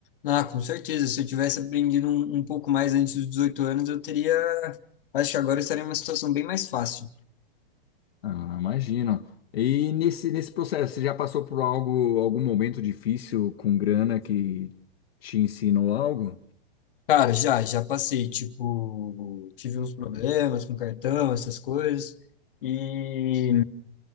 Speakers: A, on the left; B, on the left.
A: Ah, com certeza. Se eu tivesse aprendido um, um pouco mais antes dos 18 anos, eu teria. Acho que agora eu estaria em uma situação bem mais fácil.
B: Ah, imagino. E nesse, nesse processo, você já passou por algo, algum momento difícil com grana que te ensinou algo?
A: Cara, já, já passei. Tipo, tive uns problemas com cartão, essas coisas. E,